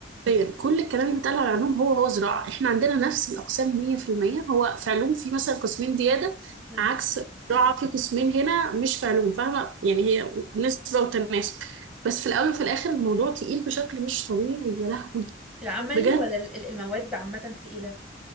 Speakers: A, on the right; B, in the centre.
A: حرفيا كل الكلام اللي بيتقال على علوم هو هو زراعة احنا عندنا نفس الأقسام 100% هو في علوم في مثلا قسمين زيادة
B: امم
A: عكس زراعة في قسمين هنا مش في علوم فاهمة يعني هي نسبة وتناسب بس في الأول وفي الآخر الموضوع تقيل بشكل مش طبيعي يا لهوي
B: العملي
A: بجد
B: ولا ال- ال- المواد عامه تقيله